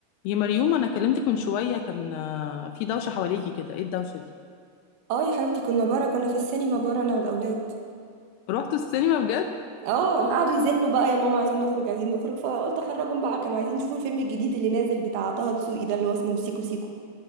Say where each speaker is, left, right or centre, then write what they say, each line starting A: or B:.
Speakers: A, on the left (about 80°); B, on the right (about 65°).
A: يا مريوم انا كلمتك من شويه كان آه، في دوشه حواليكي كده ايه الدوشه دي
B: اه يا حبيبتي كنا بره كنا في السينما بره انا والاولاد
A: رحتوا السينما بجد
B: اه قعدوا يزنوا بقى يا ماما عايزين نخرج عايزين نخرج فقلت اخرجهم بقى كانوا عايزين يشوفوا الفيلم الجديد اللي نازل بتاع طه دسوقي ده اللي هو اسمه سيكو سيكو